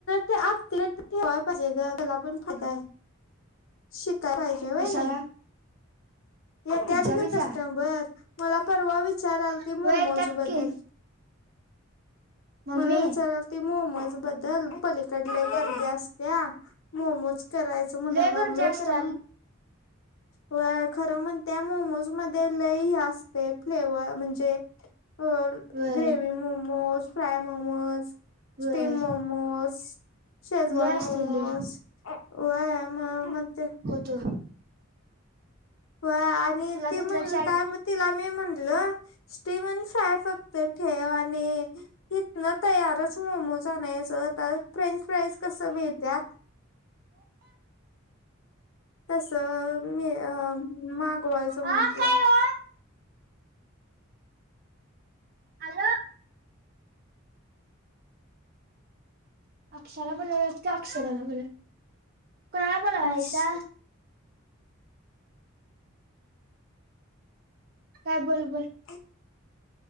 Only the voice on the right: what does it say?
कशाला
पिझ्झा
पिझ्झा
होय
येतात की मम्मी
लय
गर्दी असते
व्हय
व्हय
लय असते
लय
त
तुला
तिथला
चार्ट
हा
काय हो आलो. अक्ष्याला बोलावला का, अक्षराला बोल. कोणाला बोलावंलायसा?
काय बोल, बोल.